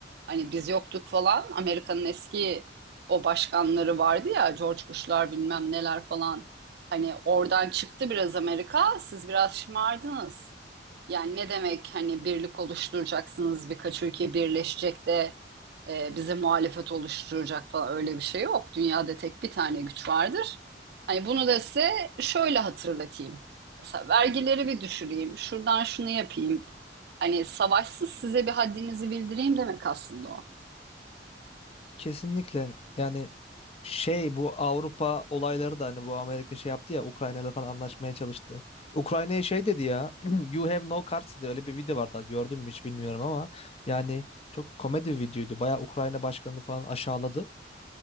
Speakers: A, on the right (about 60°); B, on the left (about 35°).
A: Hani biz yoktuk falan. Amerika'nın eski o başkanları vardı ya George Bush'lar bilmem neler falan. Hani oradan çıktı biraz Amerika. Siz biraz şımardınız. Yani ne demek hani birlik oluşturacaksınız birkaç ülke birleşecek de e, bize muhalefet oluşturacak falan öyle bir şey yok. Dünyada tek bir tane güç vardır. Hani bunu da size şöyle hatırlatayım. Mesela vergileri bir düşüreyim, şuradan şunu yapayım. Hani savaşsız size bir haddinizi bildireyim demek aslında o.
B: Kesinlikle yani şey bu Avrupa olayları da hani bu Amerika şey yaptı ya Ukrayna falan anlaşmaya çalıştı. Ukrayna'ya şey dedi ya <clears throat> You have no cards dedi öyle bir video vardı gördün mü hiç bilmiyorum ama yani çok komedi bir videoydu. Bayağı Ukrayna başkanını falan aşağıladı.